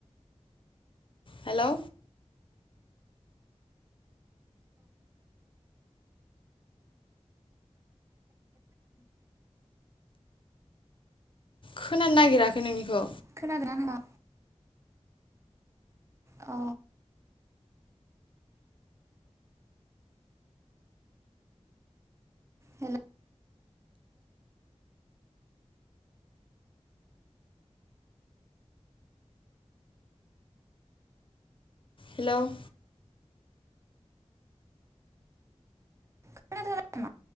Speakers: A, on the left (about 45°); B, on the right (about 25°).
A: हेलौ। खोनानो नागिराखै नोंनिखौ
B: खोनादोना नोंहा अ हेलौ
A: हेलौ
B: <unintelligible> नामा